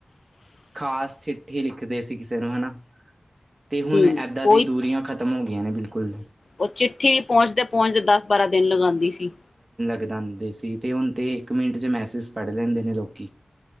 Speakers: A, on the right; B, on the left.
A: ਖ਼ਾਸ ਚਿੱਠੀ ਹੀ ਲਿੱਖਦੇ ਸੀ ਕਿਸੇ ਨੂੰ ਹਨਾ ਤੇ ਹੁਣ
B: ਹਮ
A: ਇੱਦਾਂ ਦੀ
B: ਉਹੀ
A: ਦੂਰੀਆਂ ਖਤਮ ਹੋ ਗਈਆਂ ਨੇ ਬਿਲਕੁਲ।
B: ਉਹ ਚਿੱਠੀ ਪਹੁੰਚਦੇ-ਪਹੁੰਚਦੇ ਦਸ ਬਾਰਾਂ ਦਿਨ ਲਗਾਂਦੀ ਸੀ।
A: ਰਹਿੰਦੇ ਸੀ ਤੇ ਹੁਣ ਤੇ ਇੱਕ ਮਿੰਟ ਚ ਮੈਸੇਜ ਪੜ੍ਹ ਲੈਂਦੇ ਨੇ ਲੋਕੀ।